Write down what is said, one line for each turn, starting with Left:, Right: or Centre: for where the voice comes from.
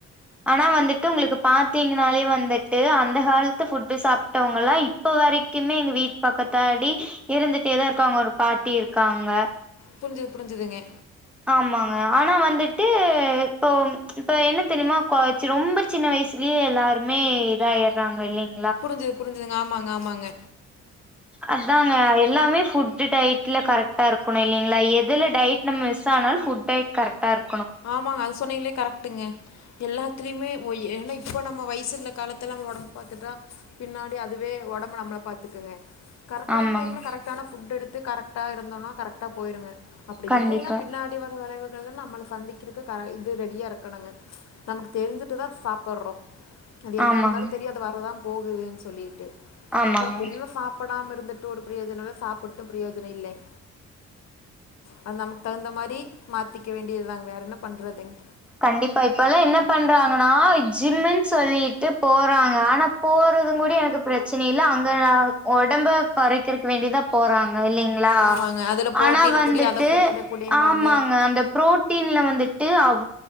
Centre: ஆனா வந்துட்டு உங்களுக்கு பாத்தீங்கனாலே வந்துட்டு அந்த ஹெ்த் ஃபுட் சாப் வங்கல்லாம் இப்ப வரைக்குமே எங்க வீட்டு பக்கத்தாடி இருந்துட்டேதா இருக்காங்க ஒரு பாட்டி இருக்காங்க
Left: புரிஞ்சுது புரிஞ்சதுங்க
Centre: ஆமா ஆனா வந்துட்டு இப்போ இப்ப என்ன தெரியுமா கோ ரொம்ப சின்ன வயசுலயே எல்லாருமே இதா ஆயிடுறாங்க இல்லங்
Left: புரிஞ்சுது புரிஞ்சுதுங்க ஆமா ங்க ஆமாங்க
Centre: அதாங்க எல்லாமே ஃபுட் டைட்ல கரெக்டா இருக்கணும் இல்லங்களா எதுல டயட் நம்ம மிஸ் ஆனாலும் ஃபுட் டயட் கரெக்டா இருக்கணும்
Left: ஆமாங்க அது சொன்னீங்களே கரெக் ட்டுங்க எல்லாத்துலேயுமே ஒ ஏன்னா இப்போ நம்ம வயசு உள்ள காலத்துல நம்ம ஒடம்பு பாத்துட்டா பின்னாடி அதுவே ஒடம்பு நம்மள நல்லா பாத்துக்குங்க கரெக்டான
Centre: ஆமாங்க
Left: டைம்ல கரெக்டான ஃபுட் எடு வந்து கரெக்டாக இருந்தோனா கரெக்டாக போயிடுங்க அப்டி
Centre: கண்டிப்பா
Left: இல்லன்னா பின்னாடி வர வளைவு இல்லனா நம்மள சந்தி க்க இது ரெடியா இருக்கணுங்க நமக்கு தெரிஞ்சிட்டுதா சாப் ப்பறோ அது என்ன
Centre: ஆமாங்க
Left: இருந்தாலும் தெரியாத வரதா போகுதுனு சொல்லிட்டு
Centre: ஆமாங்க
Left: அப்றோ பிண்ணும் சாப்டாம இருந்து ஒரு பிரயோஜனம் இல்ல சாபிட்டும் பிரயோஜனம் இல்லங்க அது நமக்கு தகுந்த மாரி மாத்திக்க வேண்டியது தாங்க வேற என்ன பண்றதுங்
Centre: கண்டிப்பா இப்ப எல்லா என்ன பண்றாங்கன்னா ஜிம்முன்னு சொல்லிட்டு போறாங்க ஆனா போறதும் கூட எனக்கு பிரச்சன இல் அங்க ஒடம்பு குறைக்கிறதுக்கு வேண்டிதா போறாங் க இல்லைங்களா
Left: ஆமாங்க அதில் புரோட்டீனு
Centre: ஆனா வந்துட்டு
Left: குடி அதை குடி இதை குடிம்பாங்க
Centre: ஆமாங்க அந்த புரோட்டீன்ல வந்துட்டு <unintelligible>